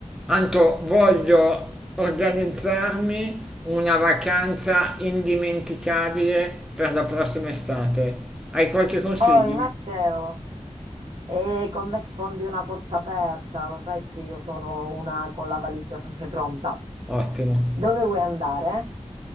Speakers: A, in the centre; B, on the right.
A: Anto, voglio organizzarmi una vacanza indimenticabile per la prossima estate. Hai qualche consiglio?
B: Oi Matteo, e con me sfondi una porta aperta, lo sai che io sono una con la valigia sempre pronta.
A: Ottimo.
B: Dove vuoi andare?